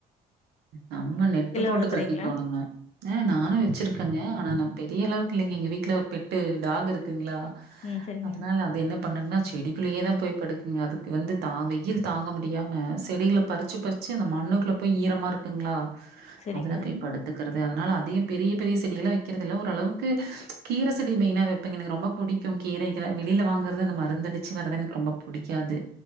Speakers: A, on the right; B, on the left.
A: நம்ம நெட்டு போட்டு
B: வளர்த்துறீங்களா?
A: கட்டிக்கோணுங்க ஆ நானு வச்சிருக்கேங்க ஆனா நா பெரிய அளவுக்கு இல்லைங்க இங்க வீட்டுல ஒரு பெட்டு டாகு இருக்குங்களா
B: ம் சரிங்க.
A: அதனால அது என்ன பண்ணங்கன்னா செடிக்குள்ளேயே தா போய் படுக்க அதுக்கு வந்து தா வெயில் தாங்க முடியாம செடளை பறிச்சு பறிச்சு அந்த மண்ணுக்குள்ள போய் ஈரமா இருக்கு இருங்களா
B: சரிங்க,
A: அதுல போய் படுத்து கிறது அதனால அதியு பெரிய பெரிய செடிகளை வெக்கிறது இல்ல ஓரளவுக்கு அளவுக்கு கீர செடி மெயினா வெப்பேங்க எனக்கு ரொம்ப பிடிக்கு கீரைகளை வெளியில வாங்கறது அந்த மருந்த அடிச்சு வர்த எனக்கு ரொம்ப பிடிக்காது